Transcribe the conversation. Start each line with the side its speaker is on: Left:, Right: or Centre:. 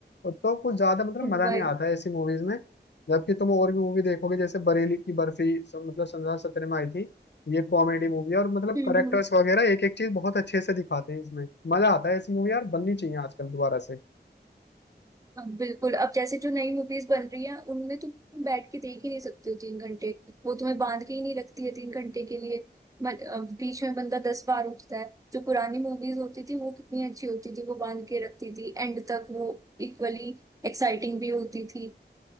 Left: तो कुछ ज्यादा मतलब
Right: हम्म,
Left: मजा
Right: वही
Left: नहीं आता है ऐसी मूवीज में जबकि तुम और भी मूवी देखोगे जैसे बरेली की बर्फी स- मतलब सन 2017 में आई थी ये कॉमेडी मूवी है और मतलब
Right: हम्म
Left: करेक्टर्स
Right: हम्म,
Left: वगैरह एक एक चीज बहुत अच्छे से दिखाते हैं इसमें मजा आता है ऐसी मूवी यार बननी चाहिए आजकल दोबारा से
Right: अब बिल्कुल अब जैसे जो नई मूवीज बन रही हैं उनमें तुम बैठ के देख ही नहीं सकते हो तीन घंटे वो तुम्हें बांध के ही नहीं रखती है तीन घंटे के लिए मत- अ, बीच में बंदा दस बार उठता है जो पुरानी मूवीज होती थी वो कितनी अच्छी होती थी वो बांध के रखती थी एंड तक वो इक्वली एक्साइटिंग भी होती थी